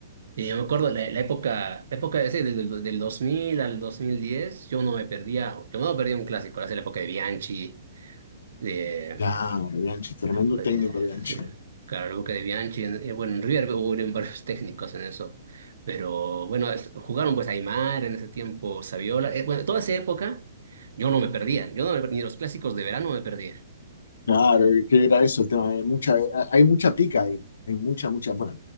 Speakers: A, on the right; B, on the left.
A: Y yo me acuerdo la, la época, la época ese, desde el- del 2000 al 2010, yo no me perdía, yo no perdía un clásico, era la época de Bianchi, de,
B: Claro, Bianchi, tremendo
A: la época de,
B: técnico, Bianchi.
A: sí, claro, la época de Bianchi, eh, bueno, en River hubo varios técnicos en eso, pero bueno, es- jugaron pues Aymar en ese tiempo, Saviola, eh, bueno, toda esa época yo no me perdía, yo no me perdía, ni los clásicos de verano me perdía.
B: Claro, y que era eso el tema. Hay mucha, hay mucha pica ahí. Hay mucha, mucha. Bueno,